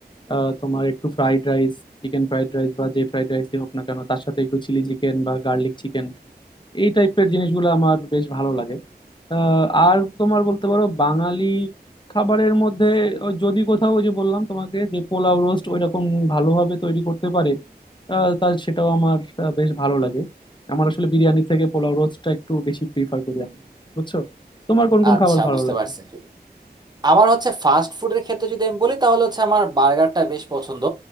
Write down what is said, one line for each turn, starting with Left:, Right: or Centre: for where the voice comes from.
Left: আহ, তোমার একটু fried rice chicken fried rice বা যে ফ্রাইড রাইস হোক না কেন তার সাথে একটু চিলি চিকেন বা গার্লিক চিকেন এই টাইপের জিনিসগুলো আমার বেশ ভালো লাগে আহ, আর তোমার বলতে পারো বাঙালি খাবারের মধ্যে আহ, যদি কোথাও ওই যে বললাম তোমাকে যে পোলাও রোস্ট ওইরকম ভালোভাবে তৈরি করতে পারে আহ, তার সেটাও আমার আহ, বেশ ভালো লাগে আমার আসলে বিরিয়ানি থেকে পোলাও রোস্টটা একটু বেশি প্রিফার করি আমি বুঝছো তোমার কোন কোন
Right: আচ্ছা
Left: খাবার ভালো
Right: বুঝতে
Left: লাগে
Right: পারছে আমার হচ্ছে ফাস্ট ফুডের ক্ষেত্রে যদি আমি বলি তাহলে হচ্ছে আমার বার্গারটা বেশ পছন্দ